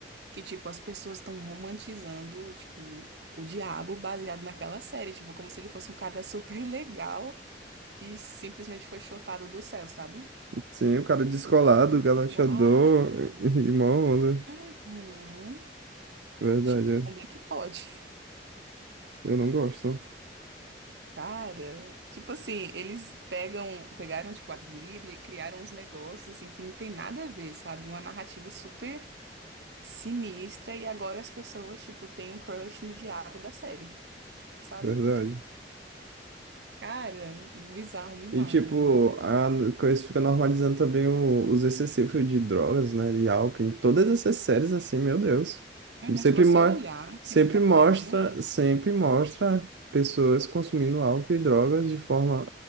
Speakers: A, on the right (about 70°); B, on the right (about 80°).
A: que tipo, as pessoas estão romantizando, tipo, o diabo baseado naquela série, tipo, como se ele fosse um cara super legal que simplesmente foi chutado do céu, sabe?
B: Sim, o cara descolado,
A: Bizarro.
B: galanteador <laughs> e mó onda.
A: Uhum.
B: Verdade,
A: Tipo,
B: é.
A: como é que pode?
B: eu não gosto.
A: Cara, tipo assim, eles pegam, pegaram tipo a Bíblia e criaram uns negócios assim que não tem nada a ver, sabe? Uma narrativa super sinistra e agora as pessoas tipo têm um crush no diabo da série, sabe?
B: Verdade.
A: Cara, bizarro demais.
B: E, tipo, a coisa fica normalizando também o, os excessivos de drogas, né? De álcool, em todas essas séries, assim, meu Deus.
A: Uhum,
B: Sempre,
A: se você
B: mo
A: olhar,
B: sempre
A: tem muita
B: mostra,
A: coisa, né?
B: sempre mostra pessoas consumindo álcool e drogas de forma